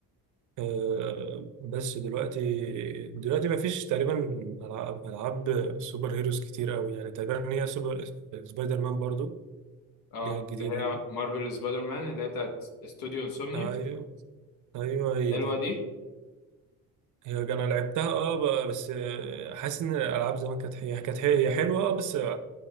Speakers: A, on the right (about 55°); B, on the left (about 70°).
A: أه بس دلوقتي دلوقتي مفيش تقريبا ألعاب ألعاب سوبر هيروز كتير أوي يعني تقريبا هي سوبر سبايدر مان برضو
B: اه
A: اللي هي الجديدة
B: اللي هي
A: دي
B: مارفل سبايدر مان اللي هي بتاعت استوديو انسومنيا
A: أيوه أيوه هي
B: حلوه
A: دي
B: دي
A: هي أنا لعبتها أه ب- بس آه، حاسس إن الألعاب زمان كانت هي كانت هي هي حلوة أه بس